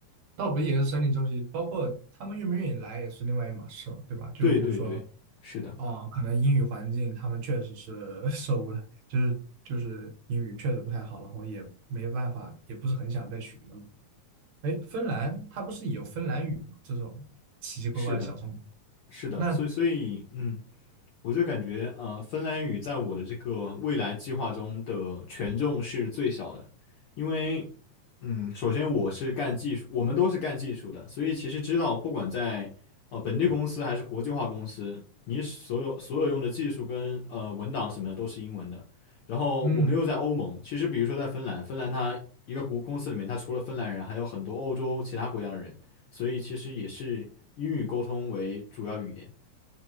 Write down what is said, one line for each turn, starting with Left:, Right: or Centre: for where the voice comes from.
Right: 倒不也是生理周期，包括他们愿不愿意来也是另外一码事嘛，对吧？就比如说。
Left: 对对对，是的。
Right: 哦，可能英语环境他们确实是 <laughs> 受不了，就是就是英语确实不太好，然后也没办法，也不是很想再学嘛。哎，芬兰它不是也有芬兰语吗？这种奇奇怪怪的小众。
Left: 是的，是的，
Right: 那
Left: 所以所以嗯，我就感觉，呃，芬兰语在我的这个未来计划中的权重是最小的，因为，嗯，首先我是干技术，我们都是干技术的，所以其实知道，不管在呃本地公司还是国际化公司，你所有所有用的技术跟呃文档什么都是英文的。然后我们又在欧盟，
Right: 嗯，
Left: 其实比如说在芬兰，芬兰它一个国公司里面，它除了芬兰人，还有很多欧洲其他国家的人，所以其实也是英语沟通为主要语言。